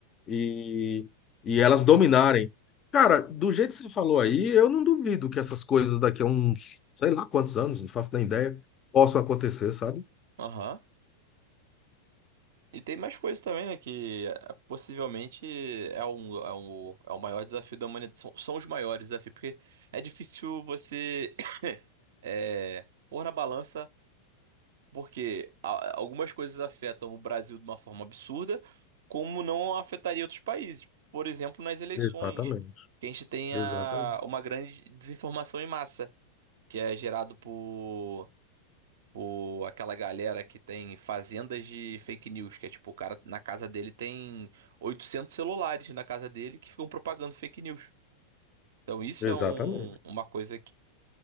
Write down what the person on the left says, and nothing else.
E, e elas dominarem. Cara, do jeito que você falou aí, eu não duvido que essas coisas daqui a uns, sei lá quantos anos, não faço nem ideia, possam acontecer, sabe?
Exatamente,
exatamente,
exatamente.